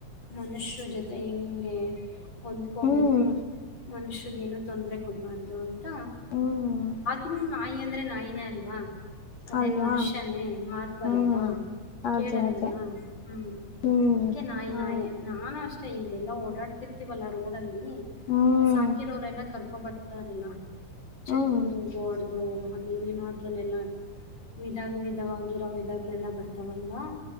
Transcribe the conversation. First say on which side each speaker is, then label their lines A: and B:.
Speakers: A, on the left; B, on the left.
A: ಮನುಷ್ಯರು ಜೊತೆ ಹೆಂಗೆ. ಹೊಂದ್ಕೋಬೇಕು
B: ಹ್ಮ್
A: ಮನುಷ್ಯ. ಏನು ತೊಂದ್ರೆ ಕೊಡಬಾರ್ದು ಅಂತ.
B: ಹ್ಮ್
A: ಇರು ನಾಯಿ ಅಂದ್ರೆ ನಾಯಿನೇ ಅಲ್ವಾ? ಅದೇನ್
B: ಅಲ್ವಾ
A: ಮನುಷ್ಯನೇ ಮಾತ್ ಬರುತ್ತಾ?
B: ಹ್ಮ್ ಅದೇ
A: ಕೇಳಲ್ಲ್ವಲ್ಲಾ
B: ಅದೇ
A: ಹ್ಮ್
B: ಹ್ಮ್
A: ಅದಕ್ಕೆ ನಾಯಿ
B: ಹಾಗ
A: ನಾಯೆ ನಾನು ಅಷ್ಟೇ ಹೀಗ ಎಲ್ಲಾ ಓಡಾಡ್ತಿರ್ತಿವಲ್ಲ ರೋಡಲ್ ಲ್ಲಿ
B: ಹ್ಮ್
A: ಸಾಕಿರೋರೆಲ್ಲ ಕರ್ಕೊ ಬರ್ ಸರಿನ ಚಿಕ್ಕನೂರು
B: ಹ್ಮ್
A: ಅದು ಅದೇಏನೇನ್ ಮಾಡ್ರಲ್ಲೆಲ್ಲ <unintelligible> ವಿಧಾಗ ವಿಧವಾಗಿರೋ ವಿಧಗಳೆಲ್ಲ ಬರ್ತಾವಲ್ವಾ